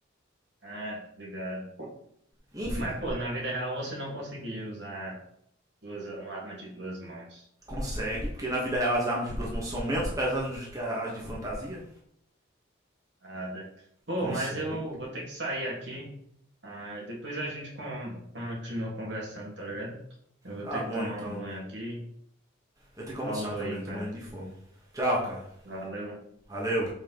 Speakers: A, on the right (about 65°); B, on the right (about 15°).
A: Ah, obrigado.
B: Enfim,
A: Mas, pô, na vida real você não conseguia usar duas, uma arma de duas mãos.
B: consegue, porque na vida real as armas de duas mãos são menos pesadas do que as de fantasia.
A: Nada. Pô,
B: Consegue.
A: mas eu vou ter que sair aqui. Ah, depois a gente con- continua conversando, tá ligado? Eu vou
B: Tá
A: ter
B: bom
A: que tomar
B: então.
A: um banho aqui.
B: Eu tenho que almoçar
A: Falou
B: também,
A: aí,
B: eu tô
A: cara.
B: morrendo de fome. Tchau, cara.
A: Valeu.
B: Valeu.